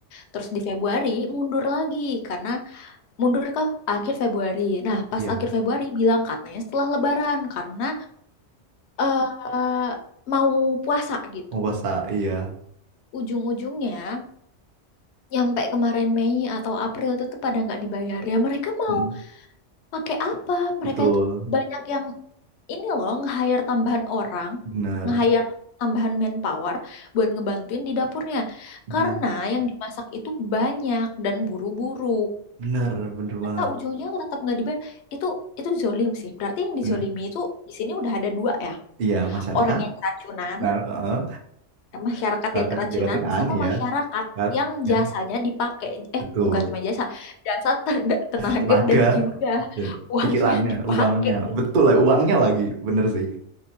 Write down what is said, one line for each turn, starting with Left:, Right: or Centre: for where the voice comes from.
Left: Terus di Februari mundur lagi karena mundur ke akhir Februari. Nah, pas
Right: Iya,
Left: akhir Februari bilang katanya setelah Lebaran karena eh mau puasa gitu.
Right: penguasa, iya,
Left: Ujung-ujungnya nyampe kemarin Mei atau April itu tuh pada nggak dibayar ya mereka mau
Right: mm,
Left: pakai apa mereka
Right: betul,
Left: itu banyak yang ini loh nge-hire tambahan orang
Right: benar,
Left: nge-hire tambahan manpower buat ngebantuin di dapurnya
Right: benar,
Left: karena yang dimasak itu banyak dan buru-buru
Right: benar, benar
Left: mereka
Right: banget,
Left: ujungnya tetap nggak dibayar itu itu zolim sih berarti yang dizolimi
Right: benar.
Left: itu di sini udah ada dua ya
Right: Iya, masyarakat,
Left: orang yang keracunan
Right: benar, heeh.
Left: masyarakat
Right: masyarakat
Left: yang kerajinan
Right: jabatan,
Left: sama
Right: iya,
Left: masyarakat
Right: masyarakat
Left: yang
Right: yang
Left: jasanya dipakai eh
Right: betul,
Left: bukan cuma jasa jasa ten- tenaga
Right: tenaga,
Left: dan juga
Right: eh,
Left: uangnya
Right: pikirannya,
Left: dipakai
Right: uangnya,
Left: gitu
Right: betul lah, uangnya lagi, bener sih,